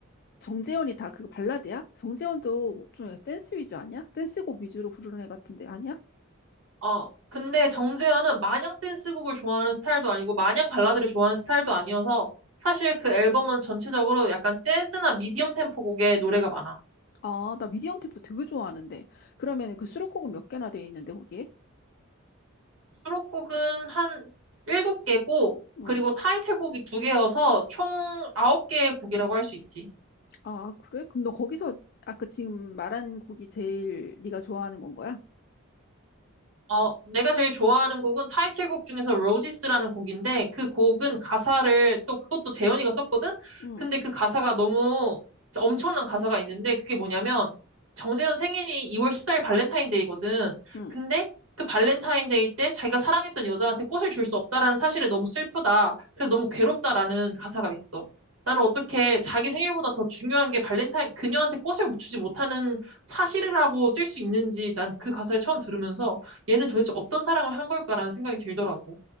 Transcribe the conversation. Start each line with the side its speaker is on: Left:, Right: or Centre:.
Left: 정재현이 다 그거 발라드야? 정재현도 좀 약간 댄스 위주 아니야? 댄스곡 위주로 부르는 애 같은데 아니야?
Right: 어, 근데 정재현은 마냥 댄스곡을 좋아하는 스타일도 아니고 마냥 발라드를 좋아하는 스타일도 아니어서 사실 그 앨범은 전체적으로 약간 재즈나 미디엄 템포 곡의 노래가 많아.
Left: 아, 나 미디엄 템포 되게 좋아하는데. 그러면 그 수록곡은 몇 개나 돼 있는데 거기에?
Right: 수록곡은 한 7개고
Left: 응.
Right: 그리고 타이틀곡이 2개여서 총 9개의 곡이라고 할 수 있지.
Left: 아, 그래? 그럼 너 거기서 아까 지금 말한 곡이 제일 네가 좋아하는 건 거야?
Right: 어, 내가 제일 좋아하는 곡은 타이틀곡 중에서 로지스라는 곡인데 그 곡은 가사를 또 그것도 재현이가 썼거든?
Left: 응.
Right: 근데 그 가사가 너무 엄청난 가사가 있는데 그게 뭐냐면 정재현 생일이 2월 14일 발렌타인데이거든.
Left: 응.
Right: 근데 그 발렌타인데이 때 자기가 사랑했던 여자한테 꽃을 줄 수 없다라는 사실에 너무 슬프다. 그래서 너무 괴롭다라는 가사가 있어. 나는 어떻게 자기 생일보다 더 중요한 게 발렌타인, 그녀한테 꽃을 주지 못하는 사실이라고 쓸 수 있는지 난 그 가사를 처음 들으면서 얘는 도대체 어떤 사랑을 한 걸까라는 생각이 들더라고.